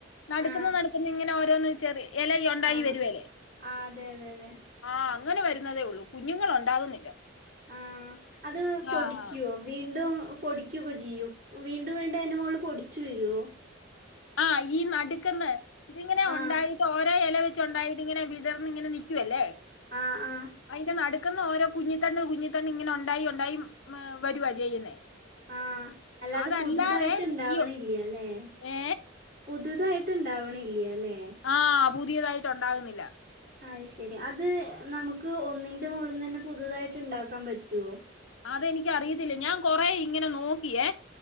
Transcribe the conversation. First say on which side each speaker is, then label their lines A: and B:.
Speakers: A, on the left; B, on the right.
A: നടക്കുന്നു
B: ആഹ്
A: നടക്കുന്നുന്നു ഇങ്ങനെ ഓരോന്ന് വെച്ചാറിയ ഇല ഉണ്ടായി
B: ആഹ്
A: വരുല്ലേ
B: ആഹ് അതെ അതെ അതെ
A: ആഹ് അങ്ങനെ വരുന്നതേ ഉള്ളൂ കുഞ്ഞുങ്ങള ഉണ്ടാകുന്നില്ല
B: ആഹ് അത് പൊടിക്കുവോ
A: ആഹ്
B: വീണ്ടും പൊടിക്കക്കെ ചെയ്യും വീണ്ടും വീണ്ടും അതിന്റെ മോള് പൊടിച്ചു വരുവോ?
A: ആഹ ഈ നടുക്കന്ന് ഇതിങ്ങനെ
B: ആഹ്
A: ഉണ്ടായിട്ട് ഓരോ ഇ ഇല വെ ച് ണ്ടായിട്ട് ഇങ്ങനെ വിടർന്ന് ഇങ്ങനെ നിക്കല്ലേ
B: ആഹ് ആഹ്
A: അയിന്റെ നടക്കുന്ന ഓരോ കുഞ്ഞിത്തണ്ട് കുഞ്ഞിത്തണ്ട് ഇങ്ങനെ ഉണ്ടായി ഉണ്ടായി വരുവാ ചെയ്യുന്നേ
B: ആഹ് അല്ലാതെ
A: അതല്ലാതെ
B: പുതുതായിട്ട് ഇണ്ടാവണില്ല്യ
A: യൂ
B: അല്ലേ
A: ഏ
B: പുതുതായിട്ട് ണ്ടാവണില്ലയ ല്ലേ
A: ആ പൂതിയതായിട്ട് ണ്ടാകുന്നില്ല
B: അത് ശരി അത് നമുക്ക് ഒന്നിന്റെ മുകളുകളിൽ തന്നെ പുതുതായിട്ട് ഉണ്ടാക്കാൻ പറ്റുവോ
A: അതെനിക്കറിയത്തില്ല ഞാൻ കൊറെ ഇങ്ങനെ നോക്കിയേ